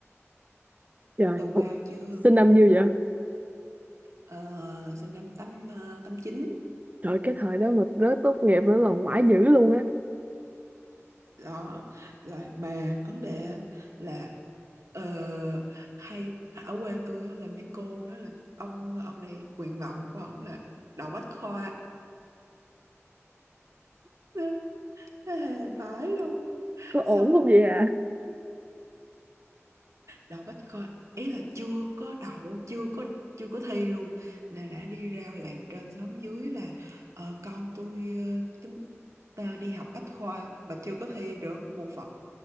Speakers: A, on the right; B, on the right.
A: trời
B: ờ wow
A: Ủa,
B: chưa
A: sinh năm nhiêu vậy
B: ờ, sinh năm tám ờ, tám chín
A: trời cái thời đó mà rớt tốt nghiệp nữa là ngoại dữ luôn á
B: đó rồi mà vấn đề á là ờ, hay à, ở quê tôi á là mấy cô nói là ông ông này nguyện vọng của ổng là đậu bách khoa <laughs> Hề phải luôn
A: Có ổn
B: xong
A: không vậy ạ?
B: đậu bách khoa ý là chưa có đậu chưa có chưa có thi luôn là đã đi ra làng trên xóm dưới là ờ, con tôi ờ, tính ta đi học bách khoa mà chưa có thi được một phật